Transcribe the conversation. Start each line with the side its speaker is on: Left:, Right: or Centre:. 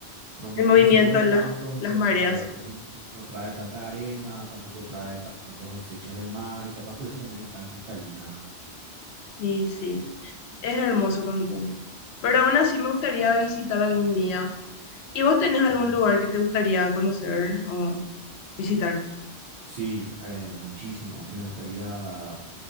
Right: No, mu-
Left: El movimiento,
Right: no se mueve
Left: las,
Right: tanto, entonces,
Left: las mareas.
Right: claro, entonces no trae tanta arena, tampoco trae ta- tantos desechos del mar, y capaz por eso también es tan cristalina.
Left: Sí, sí, es hermoso Cancún. Pero aún así me gustaría visitar algún día. ¿Y vos tenés algún
Right: Ujú.
Left: lugar que te gustaría conocer o visitar?
Right: Sí, eh, muchísimo. Me gustaría